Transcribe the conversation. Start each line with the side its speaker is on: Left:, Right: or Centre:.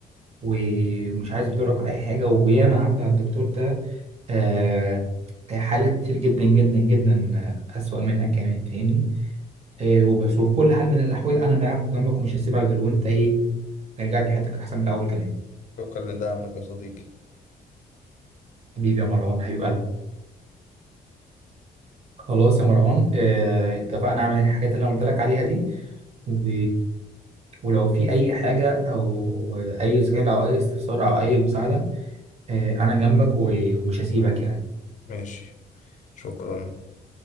Right: ومش عايز يضرك ولا اي حاجه وياما عدى على الدكتور ده آه، حالات كتير جدا جدا جدا أسوأ منك كمان فاهمني آه، وبشوف كل حال من الأحوال أنا معاك جنبك ومش هسيبك غير وأنت إيه رجعت حياتك أحسن من الأول كمان
Left: شكرا لدعمك يا صديقي
Right: حبيبي يا مروان حبيب قلبي خلاص يا مروان آه، اتفقنا على الحاجات اللي أنا قلت لك عليها دي و... ولو في أي حاجة أو أي سؤال أو أي استفسار أو أي مساعدة آه، أنا جنبك و- ومش هسيبك يعني
Left: ماشي شكرا